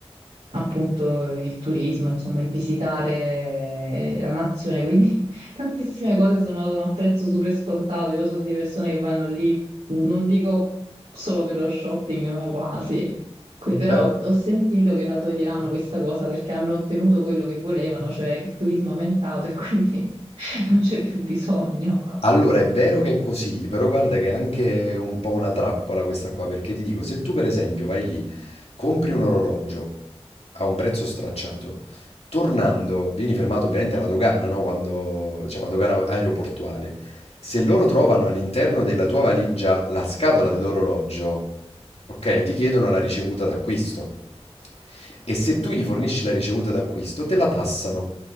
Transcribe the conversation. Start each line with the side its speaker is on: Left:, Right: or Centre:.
Right: appunto il turismo, insomma, il visitare la nazione, quindi <laughs> tantissime cose sono, sono a prezzo super scontato. Io so di persone che vanno lì non dico solo per lo shopping, ma quasi. Que- Però
Left: Però
Right: ho sentito che la toglieranno questa cosa perché hanno ottenuto quello che volevano, cioè il turismo è aumentato e quindi <laughs> non c'è più bisogno.
Left: Allora, è vero che è così, però guarda che è anche un po' una trappola questa qua, perché ti dico, se tu per esempio vai lì, compri un orologio, a un prezzo stracciato. Tornando, vieni fermato ovviamente alla dogana, no? Quando, diciamo, la dogana aeroportuale. Se loro trovano all'interno della tua valigia la scatola dell'orologio, ok, ti chiedono la ricevuta d'acquisto. E se tu gli fornisci la ricevuta d'acquisto, te la tassano.